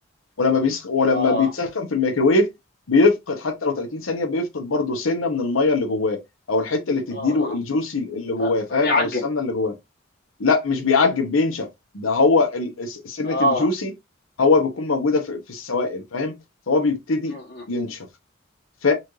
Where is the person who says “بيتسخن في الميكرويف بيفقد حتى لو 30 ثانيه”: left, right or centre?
Left